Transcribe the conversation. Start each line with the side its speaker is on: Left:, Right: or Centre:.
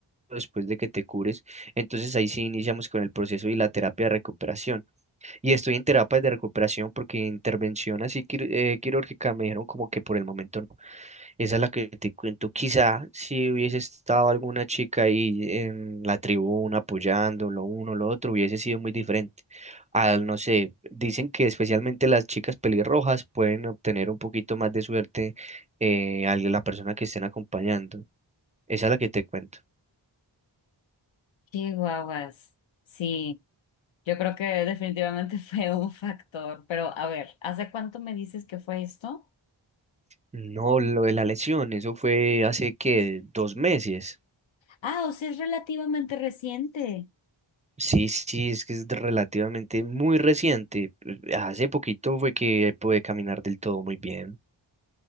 Right: después de que te cures. Entonces ahí sí iniciamos con el proceso y la terapia de recuperación. Y estoy en terapias de recuperación porque intervención así quir- eh, quirúrgica me dijeron como que por el momento no. Esa es la que te cuento. Quizá si hubiese estado alguna chica ahí en la tribuna apoyando lo uno, lo otro, hubiese sido muy diferente. Al, no sé, dicen que especialmente las chicas pelirrojas pueden obtener un poquito más de suerte eh, a la persona que estén acompañando. Esa es la que te cuento.
Left: Qué guaguas. Sí, yo creo que definitivamente <laughs> fue un factor, pero a ver, ¿hace cuánto me dices que fue esto?
Right: No, lo de la lesión, eso fue hace que dos meses.
Left: Ah, o sea, es relativamente reciente.
Right: Sí, sí, sí, es que es relativamente muy reciente. eh, Hace poquito fue que pude caminar del todo muy bien.